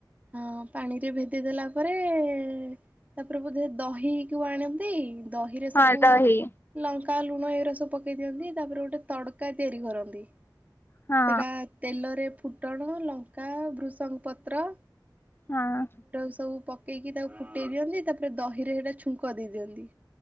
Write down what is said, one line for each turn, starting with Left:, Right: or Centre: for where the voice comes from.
Right: ହଁ ପାଣି ରେ ଭେଦେଇ ଦେଲା ତା ପରେ-ତା ପରେ ବୋଧେ ଦହି କୁ ଆଣନ୍ତି ଦହିରେ
Left: ହଁ
Right: ସବୁ
Left: ଦହି
Right: ଲଙ୍କା ଲୁଣ ଏଗୁରା ସବୁ ପକେଇ ଦିଅନ୍ତି ତାପରେ ଗୋଟେ ତଡ଼କା ତିଆରି କରନ୍ତି।
Left: ହଁ
Right: ସେଟା ତେଲରେ ଫୁଟଣ ଲଙ୍କା ଭୃଷଙ୍ଗ ପତ୍ର।
Left: ହଁ।
Right: ସବୁ ପକେଇକି ତାକୁ ଫୁଟେଇ ଦିଅନ୍ତି ତା ପରେ ଦହିରେ ସେଟା ଛୁଙ୍କ ଦେଇ ଦିଅନ୍ତି।